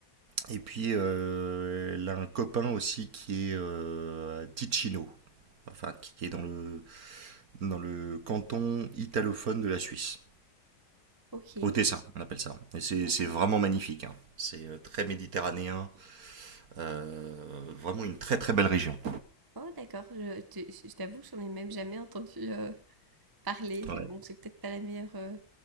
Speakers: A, on the right; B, on the right.
A: et puis euh, elle a un copain aussi qui est euh, à Ticino, enfin qui est dans le dans le canton italophone de la Suisse.
B: Ok,
A: Au Tessin, on appelle ça. Et c'est
B: d'accord.
A: c'est vraiment magnifique. hein. C'est euh, très méditerranéen. euh, vraiment une très très belle région.
B: Oh, d'accord. Je, te- je t'avoue, j'en ai même jamais entendu euh, parler.
A: Ouais.
B: Bon, c'est peut-être pas la meilleure euh,